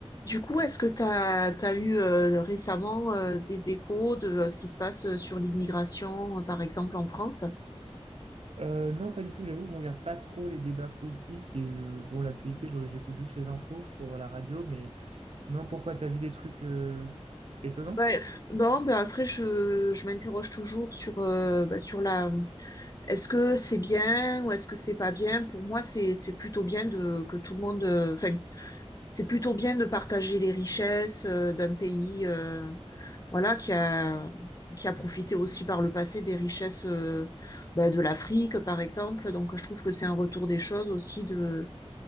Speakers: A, on the left; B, on the right.
A: Du coup, est-ce que tu as, eu euh, récemment euh, des échos de euh, ce qui se passe euh, sur l'immigration, euh, par exemple en France?
B: Euh, non, pas du tout. J'avoue je regarde pas trop les débats politiques. Et je- bon, l'actualité, je- j'écoute juste les infos sur la radio. Mais non, pourquoi t'as vu des trucs euh, étonnants?
A: Ouais, pff, non, ben après je, je m'interroge toujours sur euh, ben, sur la est-ce que c'est bien ou est-ce que c'est pas bien? Pour moi, c'est c'est plutôt bien de que tout le monde euh, enfin c'est plutôt bien de partager les richesses euh, d'un pays. euh, voilà, qui a, qui a profité aussi par le passé des richesses euh, bah, de l'Afrique, par exemple. Donc, je trouve que c'est un retour des choses aussi de,